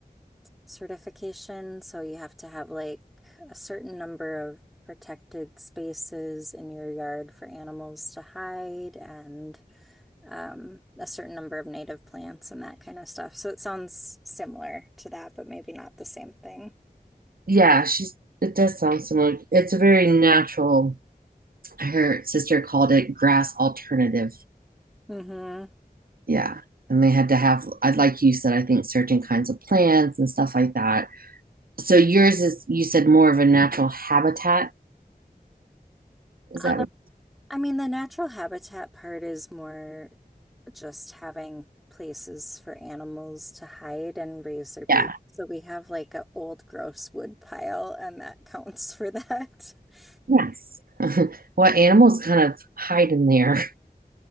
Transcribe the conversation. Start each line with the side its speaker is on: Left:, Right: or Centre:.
Centre: certification. So you have to have like a certain number of protected spaces in your yard for animals to hide and um, a certain number of native plants and that kind of stuff. So it sounds similar to that, but maybe not the same thing.
Right: yeah, she's it does sound similar. It's a very natural. Her sister called it grass alternative.
Centre: hmm
Right: Yeah. And they had to have, I'd like you said, I think certain kinds of plants and stuff like that. So yours is, you said more of a natural habitat. Is
Centre: Um,
Right: that what?
Centre: I mean, the natural habitat part is more just having places for animals to hide and raise their babies.
Right: Yeah.
Centre: So we have like an old gross wood pile, and that <laughs> counts for that. <laughs>
Right: Yes. <laughs> What animals kind of hide in there?